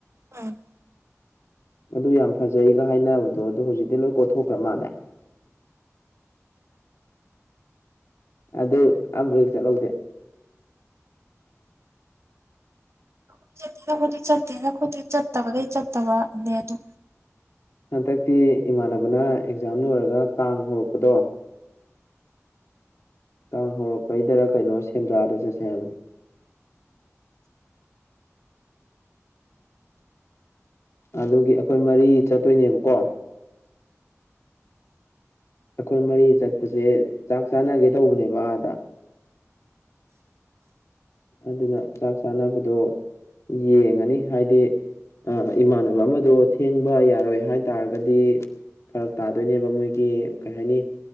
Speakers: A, on the right; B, on the left.
A: ꯑꯝ
B: ꯑꯗꯨ ꯌꯥꯝ ꯐꯖꯩꯒ ꯍꯥꯏꯅꯕꯗꯣ ꯑꯗꯨꯣ ꯍꯧꯖꯤꯛꯇꯤ ꯂꯣꯏ ꯀꯣꯊꯣꯛꯈ꯭ꯔ ꯃꯥꯜꯂꯦ <unintelligible> ꯑꯗꯨ ꯑꯝꯕ ꯍꯦꯛ ꯆꯠꯍꯧꯗꯦ
A: ꯣꯏ ꯆꯠꯠꯇꯦꯔꯈꯗꯤ ꯆꯠꯠꯇꯦꯅꯈꯣꯏꯗꯤ ꯆꯠꯇꯕ ꯂꯩꯩ ꯆꯠꯠꯇꯕ ꯑꯗꯨ
B: ꯍꯟꯗꯛꯇꯤ ꯏꯃꯥꯟꯅꯕꯅ ꯑꯦꯛꯖꯥꯝ ꯂꯣꯏꯔꯒ ꯀꯥꯡ ꯍꯧꯔꯛꯄꯗꯣ ꯀꯥꯡ ꯍꯧꯔꯛꯄꯩꯗꯔ ꯀꯩꯅꯣ ꯁꯦꯟꯗ꯭ꯔꯥꯗ ꯆꯠꯁꯕꯅꯤ ꯎꯝ ꯑꯗꯨꯒꯤ ꯑꯩꯈꯣꯏ ꯃꯔꯤ ꯆꯠꯇꯣꯏꯅꯦꯕꯀꯣ ꯑꯩꯈꯣꯏ ꯃꯔꯤ ꯆꯠꯄꯁꯦ ꯆꯥꯛ ꯆꯥꯅꯒꯦ ꯇꯧꯕꯅꯦꯕ ꯑꯥꯗ ꯑꯗꯨꯅ ꯆꯥꯛ ꯆꯥꯅꯕꯗꯣ ꯌꯦꯡꯉꯅꯤ ꯍꯥꯏꯗꯤ ꯑ ꯏꯃꯥꯟꯅꯕ ꯑꯃꯗꯣ ꯊꯦꯡꯕ ꯌꯥꯔꯣꯏ ꯍꯥꯏ ꯇꯥꯔꯒꯗꯤ ꯐꯔꯛ ꯇꯥꯗꯣꯏꯅꯦꯕ ꯃꯣꯏꯒꯤ ꯀꯩ ꯍꯥꯏꯅꯤ